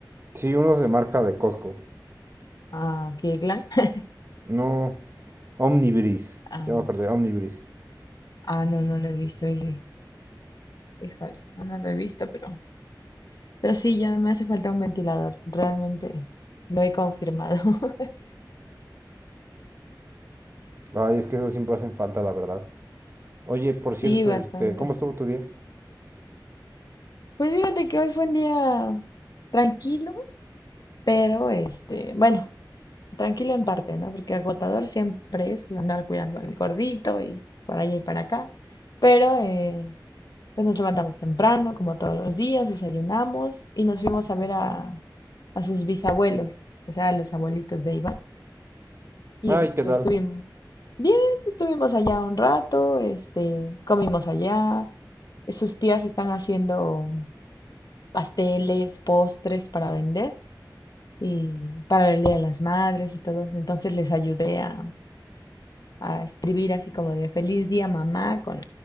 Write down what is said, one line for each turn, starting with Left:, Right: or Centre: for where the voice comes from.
Right: sí, unos de marca de Costco.
Left: Ah, Kirkland. <laughs>
Right: No, Omnibris.
Left: Ah,
Right: Ya me acordé, Omnibris.
Left: ah, no, no lo he visto ese. Híjole, no, no lo he visto, pero... Pero sí, ya me hace falta un ventilador. Realmente lo he confirmado. <laughs>
Right: Ay, es que esos siempre hacen falta, la verdad. Oye, por
Left: Sí,
Right: cierto,
Left: bastante.
Right: este, ¿cómo estuvo tu día?
Left: Pues fíjate que hoy fue un día tranquilo, pero este, bueno, tranquilo en parte, ¿no? Porque agotador siempre es andar cuidando al gordito y para allá y para acá. Pero eh, pues nos levantamos temprano, como todos los días, desayunamos y nos fuimos a ver a, a sus bisabuelos, o sea, a los abuelitos de Iván. Y
Right: Ay,
Left: este,
Right: ¿qué tal?
Left: estuvimos bien, estuvimos allá un rato, este, comimos allá. Sus tías están haciendo pasteles, postres para vender. y para el Día de las Madres y todo Entonces les ayudé a, a escribir así como de feliz día mamá con